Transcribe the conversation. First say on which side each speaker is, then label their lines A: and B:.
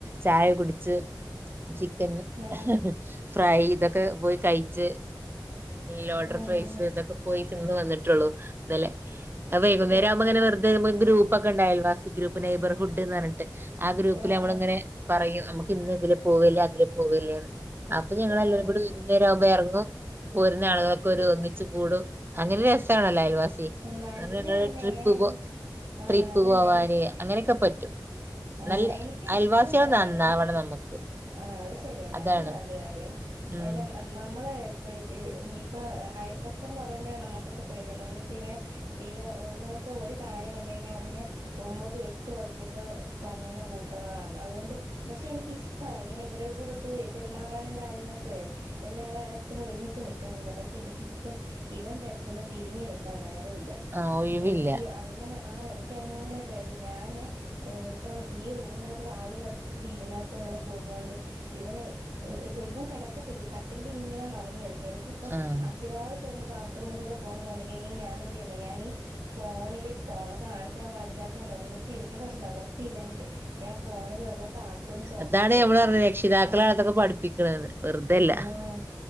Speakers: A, on the right; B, on the right.
A: ചായ കുടിച്ച് ചിക്കന്ഹ
B: ആഹ്
A: ഹ ഫ്രൈ ഇതൊക്കെ പോയി കഴച്ച് ലോഡർ
B: ആഹ്
A: ഫ്രൈസ് ഇതൊക്കെ പോയി തിന്ന് വന്നിട്ടുള്ളൂ ഇന്നലെആ വൈകുന്നേരം
B: ആഹ്
A: ആകുമ്പങ്ങെ നെ വെറുതെ ഗ്രൂപ്പൊക്കെണ്ട് അയൽവാസി നൈബർഹുഡ് എന്ന് പറഞ്ഞിട്ട് ആ ഗ്രൂപ്പില്
B: ആഹ് ആഹ്
A: നമ്മളിങ്ങനെ പറയും നമുക്ക് ഇന്ന് ഇതിലെ പോവല്ലേ അതിലെ പോവല്ലേന്ന് അപ്പൊ ഞങ്ങെല്ലരും
B: ആഹ്
A: കൂടി വൈകുന്നേരാ കുമ്പോ ഇറങ്ങും പോരുന്ന ആളുകൾക്ക ഒരു ഒന്നിച്ചു കൂടും അങ്ങനെ രസാണല്ലോ അയൽവാസി
B: നല്ല
A: അങ്ങ
B: എന്നെ
A: ട്രിപ്പ്
B: എനി
A: പോ
B: ആഹ്
A: ട്രിപ്പ്
B: അതന്നെ
A: പോവാന്
B: എനിക്ക്
A: അങ്ങനൊ ക്കെ പറ്റും
B: ആഹ്
A: നല്ല
B: എനിക്കും
A: അയൽവാസികൾ
B: ഇഷ്ടം തന്നെ
A: നന്നാവണം
B: അങ്ങനെ
A: നമുക്ക്
B: ആഹ് അത് ശരിയന്നെ
A: അതാണ്
B: അത് വേറൊരു കാര്യം
A: ഉം
B: പിന്നെ നൻ നമ്മള് <unintelligible> ഇപ്പ അയൽവക്കോ എന്ന് പറയുമ്പോഴാ നമ്മുക്കൊക്കെ പേടിയാ എന്ന് ച്ച് ന്നന്ന് വെച്ച് കഴിഞ്ഞാൽ പില്ല ഒന്ന് വെച്ച ഒരു കാര്യം കണ്ട്കഴിഞ്ഞാ അതിനെ. ഹും ഒമ്പതു എട്ടും ആകിയൊകെ പറയ്ണ കൂട്ടങ്ങളാണ് അതുകൊണ്ട് പക്ഷെ എനിക്കിഷ്ട. ട്ടോ ഇങ്ങനെ ഇവരുടെ കൂടൊത്ത് പെരുമാറാനും കാര്യങ്ങളൊക്കെ. എല്ലാത്തിനും ഒരുമിച്ച് നിക്കണില്ല പക്ഷെ എനിക്കിപ്പം. ഇവന്റെ അടുത്തുന്ന് തിരിഞ്ഞിനിക്കാൻ നേരവില്ല
A: ആ ഒഴിവില്ല
B: എനിക്ക് അങ്ങനെ ആ എനിക്ക്. അങ്ങനെ പേടി ഞാന് ഇപ്പം ഈ റൂമിനകത്ത് വാതില അടച്ചിട്ടി ഇതിനകത്ത് അങ്ങനെ. കൂടണ്ട് ഇവനെ ഇവൻ കിടക്കത്തില്ല ഈ കട്ടിൽ ഇങ്ങനെ മറഞ്ഞ് കളിക. ഇപ്പം
A: ആഹ്
B: അത്യാവശ്യം ഒന്ന് ബാത്റൂമിലൊക്കെ പോണന്ന് ക്കഴിഞ്ഞ ഞാൻ എന്ത് ചെയ്യുന്നോ ഞാനീ ഫോണില് ഫോണ് കാണിക്കാൻ പാടില്ലാത്ത ആണ് എന്നിട്ട് എനിക്ക് വേറ നിവൃത്തിയില്ലായിട്ട്. ഞാൻ ഫോണില് വല്ല കാർട്ടൂൺ സോങ്
A: അതാണ്
B: ഇട്ട് കൊടുക്കും
A: നമ്മള് പറഞ്ഞത് രക്ഷിതാക്കളാണ്
B: ആ
A: ഇതൊക്കെ പഠിപ്പിക്കണത് വെറുതെയല്ല
B: ആഹ